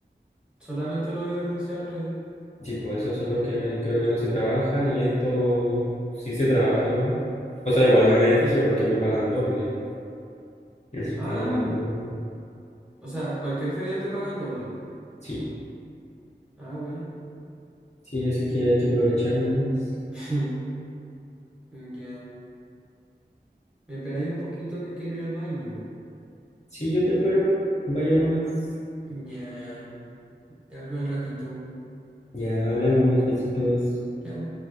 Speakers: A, in the centre; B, on the left.
A: Solamente los irrenunciables.
B: Sí, pues esos son los que creo que no se trabajan y esto sí se trabaja igual. O sea, igual me beneficia porque me pagan doble. Así
A: Ah,
B: que no hay problema.
A: o sea, cualquier feriado te pagan doble.
B: Sí,
A: Ah, buena.
B: sí, así que hay que aprovechar nomás.
A: <laughs> Mm, Ya, me esperáis un poquito que quiero ir al baño.
B: Sí, yo te espero. Vaya nomás.
A: Ya, te hablo al ratito.
B: Ya hablamos, besitos.
A: Chao.